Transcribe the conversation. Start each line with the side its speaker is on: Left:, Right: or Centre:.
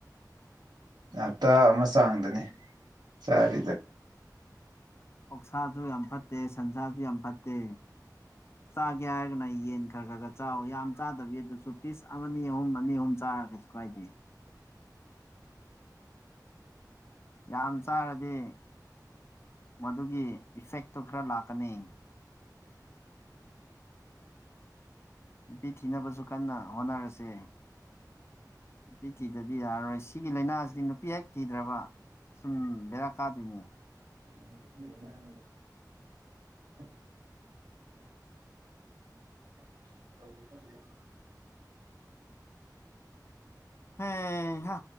Right: ꯍꯞꯇꯥ ꯑꯃ ꯆꯥꯡꯗꯅꯤ ꯆꯥꯔꯤꯗ
Left: ꯑꯣꯛꯁꯥꯁꯨ ꯌꯥꯝ ꯐꯠꯇꯦ ꯁꯟꯁꯥꯁꯨ ꯌꯥꯝ ꯐꯠꯇꯦ ꯆꯥꯒꯦ ꯍꯥꯏꯔꯒꯅ ꯌꯦꯟ ꯈꯔ ꯈꯔ ꯈꯔ ꯆꯥꯎ ꯌꯥꯝ ꯆꯥꯗꯕꯤ ꯑꯗꯨꯁꯨ ꯄꯤꯁ ꯑꯃ ꯑꯅꯤ ꯑꯍꯨꯝ ꯑꯅꯤ ꯑꯍꯨꯝ ꯆꯥ ꯆꯔꯗꯤ ꯀꯩꯁꯨꯀꯥꯏꯗꯦ ꯌꯥꯝ ꯆꯥꯔꯗꯤ ꯃꯗꯨꯒꯤ ꯏꯐꯦꯛꯇꯨ ꯈꯔ ꯂꯥꯛꯀꯅꯤ ꯅꯨꯄꯤ ꯊꯤꯅꯕꯁꯨ ꯀꯟꯅ ꯍꯣꯠꯅꯔꯁꯦ ꯅꯨꯄꯤ ꯊꯤꯗꯗꯤ ꯌꯥꯔꯔꯣꯏ ꯁꯤꯒꯤ ꯂꯩꯅꯥꯁꯤ ꯍꯧꯖꯤꯛ ꯅꯨꯄꯤ ꯍꯦꯛ ꯊꯤꯗ꯭ꯔꯕ ꯑꯁꯨꯝ ꯕꯦꯔꯥ ꯀꯥꯗꯣꯏꯅꯦ
Right: ꯎꯝ <inaudible>
Left: ꯍꯩꯍꯥ